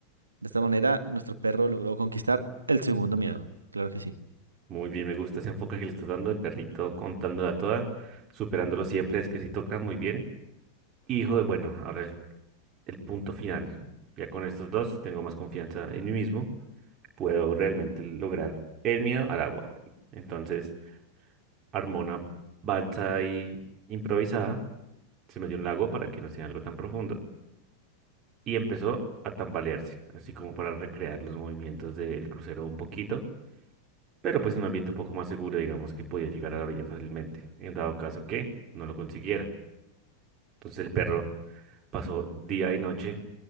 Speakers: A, on the right; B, on the right.
A: De esta manera, nuestro perro logró conquistar el segundo miedo. Claro que sí.
B: Muy bien, me gusta ese enfoque que le estás dando, el perrito contándola toda, superándolo siempre, es que sí toca muy bien. Y hijo de, bueno, ahora el, el punto final. Ya con estos dos tengo más confianza en mí mismo, puedo realmente lograr el miedo al agua. Entonces, armó una balsa ahí improvisada, se metió en un lago para que no sea algo tan profundo y empezó a tambalearse, así como para recrear los movimientos del crucero un poquito. pero pues en un ambiente un poco más seguro, digamos que podía llegar a la orilla fácilmente, en dado caso que no lo consiguiera. Entonces el perro pasó día y noche,